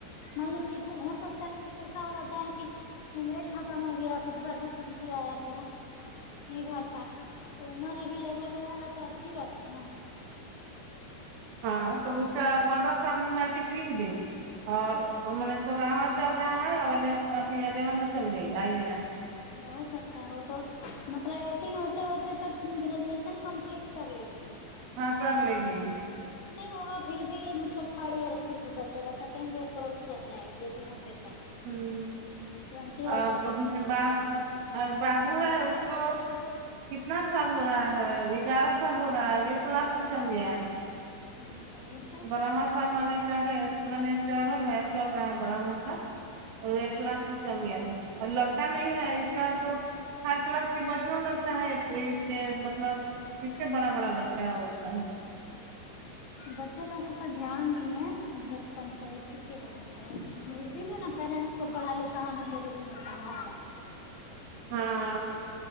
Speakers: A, on the left (about 55°); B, on the right (about 70°).
A: مان لو کہ ہو سکتا ہے ایسا ہو جاتا ہے کہ عمرے ختم ہو گیا کچھ بھر پر کینسی آیا تو نہیں بھر پا تو عمر ابھی لیول رہے گا تو اچھی بات ہے نا
B: ہاں تو اس کا پندرہ سال میں میٹرک لکھ دی اور
A: سو
B: میں نے سولہواں چال رہا ہے اولے ابھی الیون میں چل رہی ہے یہ <unintelligible>
A: بہت اچھا وہ تو مطلب ایٹین ہوتے ہوتے تک گریجویشن کمپلیٹ کر لے گی
B: ہاں کر لے گی
A: نہیں ہوگا پھر بھی مطلب تھرڈ ایئر صرف بچے گا سیکنڈ ایئر کروس کر جائے گی ایٹین ہوتے تک
B: ہوں
A: ٹوینٹی ہوتے
B: ا
A: تک
B: ابھی بھی با ا بابو ہے اس کو کتنا سال ہو رہا ہے گیارہ سال ہو رہا ہے ایٹتھ کلاس میں چل گیا ہے
A: نائنتھ
B: براواں سال من نے چڑھے من چڑھل ہے چل رہا ہے براواں سال اور ایٹتھ کلاس میں چل گیا ہے اور لگتا نہیں ہے اس کا تو تھرڈ کلاس کے بچپوں لگتا ہے اس کے مطلب اس سے بڑا بڑا لگتا ہے حسین
A: بچے لوگوں پہ دھیان دیے بچپن سے اسی کی وجہ سے حسین اسی لیے نا پیرنٹس کو پڑھا لکھا ہونا ضروری ہوتا ہے
B: ہاں